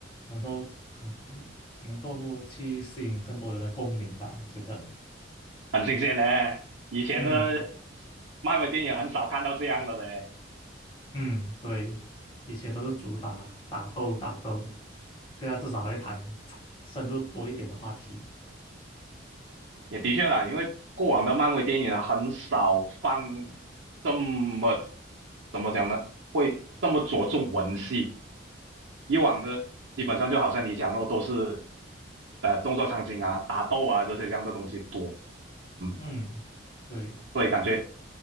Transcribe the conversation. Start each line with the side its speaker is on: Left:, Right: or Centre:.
Left: 能够能能够去吸引更多人的共鸣吧，我觉得，
Right: 很新鲜嘞，以前的
Left: 嗯
Right: 漫威电影很少看到这样了的嘞，
Left: 嗯，对，以前都是主打打斗打斗，现在至少还会谈 <tsk> 深入多一点的话题，
Right: 也的确啦，因为过往的漫威电影很少放这么怎么讲呢，会这么着重文戏。以往的基本上就好像你讲的都是呃动作场景啊、打斗啊这些这样的东西多，嗯，
Left: 嗯，对，
Right: 所以感觉，